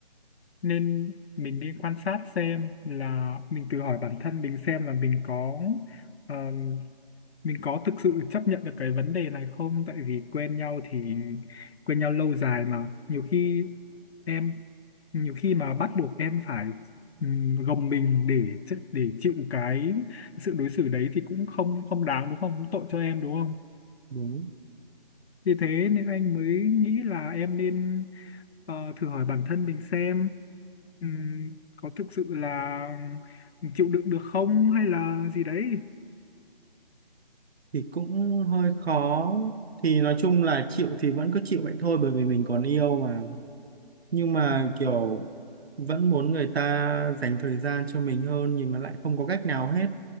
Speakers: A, on the left; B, on the right.
A: nên mình đi quan sát xem là mình tự hỏi bản thân mình xem là mình có ờm, mình có thực sự chấp nhận được cái vấn đề này không tại vì quen nhau thì quen nhau lâu dài mà nhiều khi em nhiều khi mà bắt buộc em phải ừm, gồng mình để ch- để chịu cái sự đối xử đấy thì cũng không không đáng đúng không cũng tội cho em đúng không
B: Đúng.
A: Vì thế nên anh mới nghĩ là em nên ờ, thử hỏi bản thân mình xem ừm, có thực sự là chịu đựng được không hay là gì đấy
B: Thì cũng hơi khó. Thì nói chung là chịu thì vẫn cứ chịu vậy thôi bởi vì mình còn yêu mà. Nhưng mà
A: Ừm,
B: kiểu vẫn muốn người ta dành thời gian cho mình hơn nhưng mà lại không có cách nào hết